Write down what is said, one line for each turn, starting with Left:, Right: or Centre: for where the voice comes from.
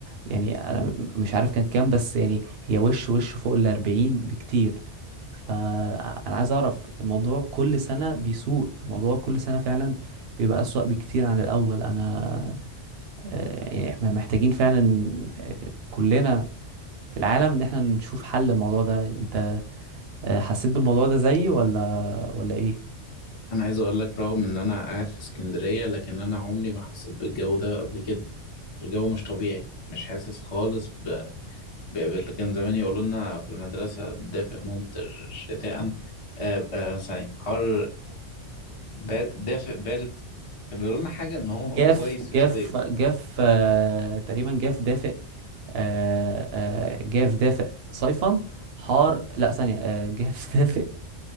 Right: يعني انا م- مش عارف كانت كام بس يعني هي وش وش فوق الأربعين بكتير فانا عايز اعرف الموضوع كل سنة بيسوء الموضوع كل سنة فعلا بيبقى أسوأ بكتير عن الأول أنا آه، يعني احنا محتاجين فعلا آه، كلنا في العالم إن احنا نشوف حل الموضوع ده أنت آه، حسيت بالموضوع ده زيي ولا ولا إيه؟
Left: انا عايز اقول لك رغم ان انا قاعد في اسكندرية لكن انا عمري ما حسيت بالجو ده قبل كده الجو مش طبيعي مش حاسس خالص ب... ب... ب- كان زمان يقولوا لنا في المدرسة دافئ ممطر شتاء آه... آه... ثانية حر بار... دافئ بارد كان بيقولوا لنا حاجة ان هو
Right: جاف
Left: كويس في
Right: جاف
Left: الصيف
Right: جاف آه تقريبا جاف دافئ آه آه جاف دافئ صيفا حار لا ثانية آه جاف <laughs> دافئ